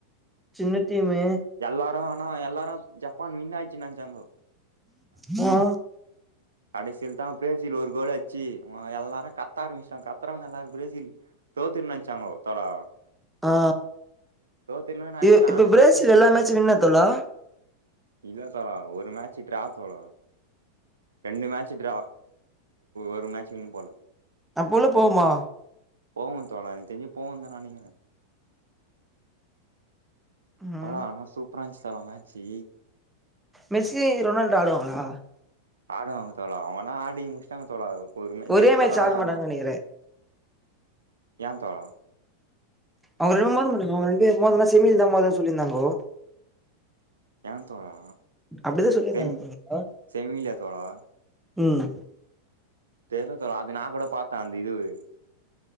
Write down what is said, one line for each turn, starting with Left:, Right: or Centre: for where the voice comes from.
Centre: சின்ன டீமு
Right: எல்லாரு ஆனா எல்லாரோ ஜப்பான் வின்னாய்ச்சு நெனைச்சாங்கோ
Centre: வா
Right: கடேசில் தா பிரேசில் ஒரு கோல் அச்சி ஒ எல்லாரு கத்த ஆரம்ச்ட்டாங்க கத்துறவங்க எல்லாரு பிரேசில் தோத்துர் நெனச்சாங்கோ தோழா
Centre: ஆ
Right: தோத்துருன்னு நெனச்சே
Centre: இ
Right: நானே
Centre: இப்ப பிரேசில்
Right: தோத்துருன்னு தா
Centre: எல்லா
Right: நெனச்சே
Centre: மேட்சு வின்னா தோழா
Right: இல்ல தோழா ஒரு மேட்ச்சு டிரா தோழா ரெண்டு மேட்சு டிரா ஒரு மேட்சு வின் போல
Centre: அப்போல போவ்மா
Right: போவு தோழா எனக் தெஞ்சு போவூன் தா நெனைக்குறே
Centre: ம்
Right: தோழா ஆனா சூப்பரான்ச்சி தோழா மேச்சி
Centre: மெர்ஸி ரொனால்டு ஆடுவாங்களா
Right: ஆடுவாங்க தோழி அவங்கனா ஆடி முட்ச்ட்டாங்க தோழா பொறுமை இத
Centre: ஒரே
Right: இப்பதா
Centre: மேட்ச் ஆட
Right: என்ன
Centre: மாட்டாங்கன்னு
Right: பண்
Centre: நெனைக்கிறே
Right: ஏ தோழா
Centre: அவுங்க ரெண்டு <unintelligible> அவுங் ரெண்ட்பே இருக்கும் போதெல்லா செமில்தா மொதல்ல சொல்லிருந்தாங்கோ
Right: ஏ தோழா
Centre: அப்டிதா சொல்லிருந்தாங்க
Right: செம்
Centre: தோழா
Right: செமில தோழா
Centre: ம்
Right: தெர்ல தோழா அது நாங்கூட பாத்தே அந்த இதுவு